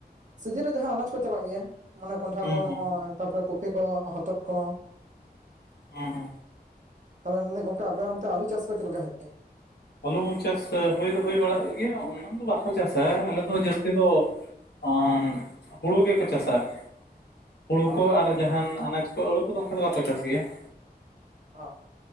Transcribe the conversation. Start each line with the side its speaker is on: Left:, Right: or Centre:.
Right: ᱥᱤᱡᱤᱱ ᱨᱮ ᱡᱟᱦᱟᱸ ᱟᱱᱟᱡ ᱠᱚ ᱪᱟᱞᱟᱜ ᱜᱮᱭᱟ ᱾ ᱢᱟᱱᱮ ᱠᱚᱸᱰᱷᱟ
Left: ᱦᱩᱸ
Right: ᱠᱚ
Left: ᱦᱩᱸ
Right: ᱱᱚᱜᱼᱚᱭ ᱛᱟᱨᱯᱚᱨᱮ ᱠᱚᱯᱷᱤ ᱠᱚ ᱦᱚᱛᱚᱫ ᱠᱚ
Left: ᱦᱮᱸ ᱦᱮᱸ
Right: ᱛᱟᱦᱚᱞᱮ ᱢᱮᱱᱫᱟ <unintelligible> ᱜᱚᱝᱠ ᱟᱯᱮ ᱚᱱᱛᱮ ᱟᱞᱩ ᱪᱟᱥ ᱠᱚ ᱪᱮᱫ ᱞᱮᱠᱟ ᱦᱩᱭᱩᱜ ᱜᱮᱭᱟ
Left: ᱟᱹᱞᱩ ᱪᱟᱥ ᱦᱩᱭ ᱫᱚ ᱦᱩᱭ ᱵᱟᱲᱟᱜ ᱜᱮᱭᱟ ᱚᱱᱟ ᱫᱚ ᱵᱟᱠᱚ ᱪᱟᱥᱟ ᱟᱞᱮ ᱫᱚ ᱡᱟᱹᱥᱛᱤ ᱫᱚ ᱦ ᱦᱩᱲᱩ ᱜᱮ ᱠᱚ ᱪᱟᱥ-ᱟ ᱾ ᱦᱩᱲᱩ
Right: ᱚ
Left: ᱠᱚ ᱟᱨ ᱡᱟᱦᱟᱱ ᱟᱱᱟᱡᱽ ᱠᱚ ᱟᱞᱩ ᱠᱚ ᱫᱚ ᱚᱱᱠᱟ ᱫᱚ ᱵᱟᱠᱚ ᱪᱟᱥ ᱜᱮᱭᱟ ᱾
Right: ᱚᱸᱻ᱾